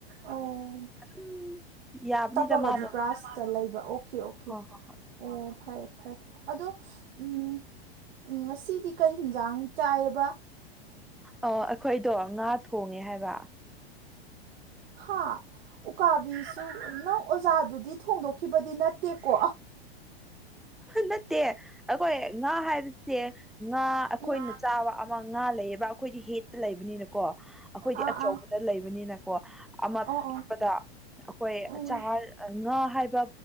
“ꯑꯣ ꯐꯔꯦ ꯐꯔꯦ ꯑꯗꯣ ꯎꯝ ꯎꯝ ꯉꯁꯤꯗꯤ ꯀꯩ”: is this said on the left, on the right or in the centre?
Right